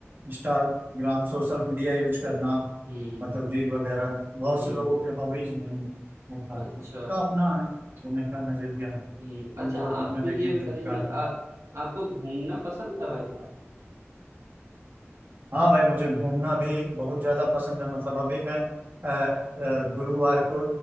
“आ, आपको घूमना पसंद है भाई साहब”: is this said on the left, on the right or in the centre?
Right